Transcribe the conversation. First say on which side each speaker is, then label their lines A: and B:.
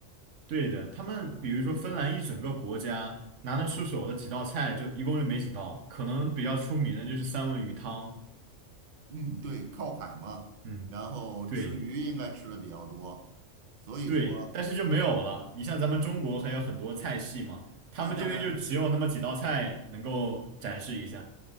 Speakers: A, on the right; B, on the right.
A: 对的，他们比如说芬兰一整个国家拿得出手的几道菜就一共就没几道，可能比较出名的就是三文鱼汤，
B: 嗯，对，靠海嘛，
A: 嗯，
B: 然后吃鱼应该吃的比较多，
A: 对
B: 所以说
A: 对，但是就没有了。你像咱们中国还有很多菜系嘛，他们这边就只有那么几道菜能够展示一下。
B: 那当然